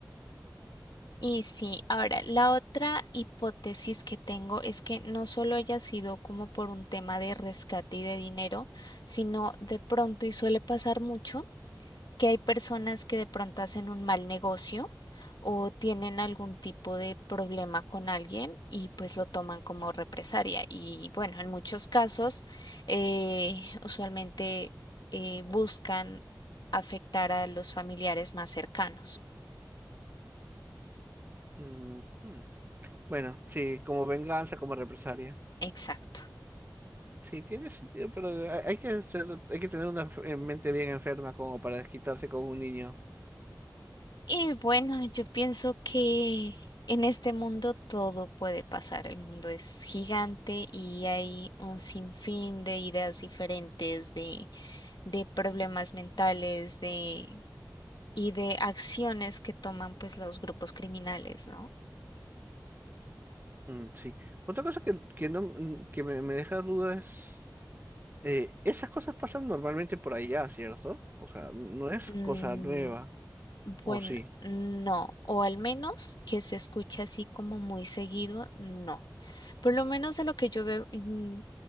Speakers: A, on the left; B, on the right.
A: Y sí, ahora, la otra hipótesis que tengo es que no solo haya sido como por un tema de rescate y de dinero, sino de pronto, y suele pasar mucho, que hay personas que de pronto hacen un mal negocio o tienen algún tipo de problema con alguien y pues lo toman como represalia. Y bueno, en muchos casos eh, usualmente eh, buscan afectar a los familiares más cercanos.
B: Mm, hmm. Bueno, sí, como venganza, como represalia.
A: Exacto.
B: Sí, tiene sentido, pero hay hay que ser, hay que tener una enf- eh, mente bien enferma como para desquitarse con un niño.
A: Y bueno, yo pienso que en este mundo todo puede pasar. El mundo es gigante y hay un sinfín de ideas diferentes, de de problemas mentales, de, y de acciones que toman pues los grupos criminales, ¿no?
B: Mm, sí. Otra cosa que, que no, mm, que me, me deja dudas Eh, esas cosas pasan normalmente por allá, ¿cierto? O sea, no es
A: Mm,
B: cosa nueva,
A: bueno,
B: ¿o sí?
A: no, o al menos que se escucha así como muy seguido, no. Por lo menos de lo que yo veo, mm,